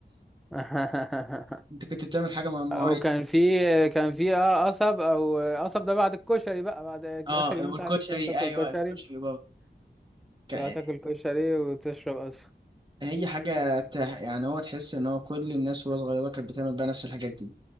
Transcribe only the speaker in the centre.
<laughs>
وكان في كان في اه قصب او قصب ده بعد الكشري بقى بعد
اخر يوم
بتاع تروح تاكل
كشري
<laughs>
تروح تاكل كشري وتشرب قصب